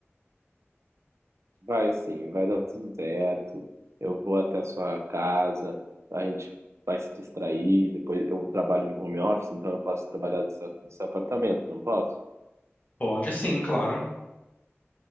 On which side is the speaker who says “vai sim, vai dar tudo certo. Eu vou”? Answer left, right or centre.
Right